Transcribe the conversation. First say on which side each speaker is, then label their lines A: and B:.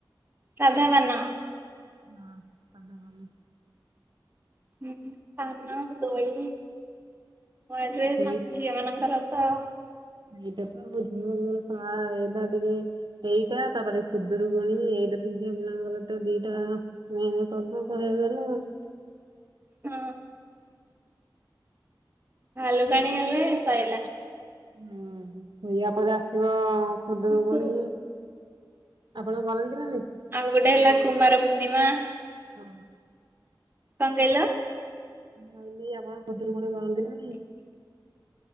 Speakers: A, on the right; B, on the right.
A: ସାଧା ପାନ।
B: ହଁ ସାଧା ପାନ।
A: ହୁଁ ହୁଁ ପାନ ଦୋଳି ନୂଆ ଡ୍ରେସ୍
B: ସେଇ
A: ଝିଅ ମାନଙ୍କର। ହଁ <unintelligible>
B: ଏଇଟା ତ ବୁଝିହଉନି ଆଏଇଟା ଟିକେ। ଏଇଟା ତାପରେ ଖୁଦରୁ କୁଣି ଏଇଟା ତ ଝିଅ ପିଲଙ୍କର ତ ଦିଟା ନାଇଁ ନାଇଁ କରୁଥିଲେ କରେଇଦେଲେ ଆଉ।
A: ହୁଁ। ଭାଲୁକାଣି ହେଲେ ଶଇଲା।
B: ହୁଁ ଇଆ ପରେ ଆସିବ ଖୁଦୁରୁକୁଣି
A: ହୁଁ
B: ଆପଣ କରନ୍ତି ନା ନାହିଁ?
A: ଆଉ ଗୋଟେ ହେଲା କୁମାର ପୂର୍ଣ୍ଣିମା
B: ହଁ।
A: କଅଁ କଇଲ?
B: କଇଲିି ଆପଣ ଖୁଦୁରୁକୁଣି କରନ୍ତି ନା ନାହିଁ।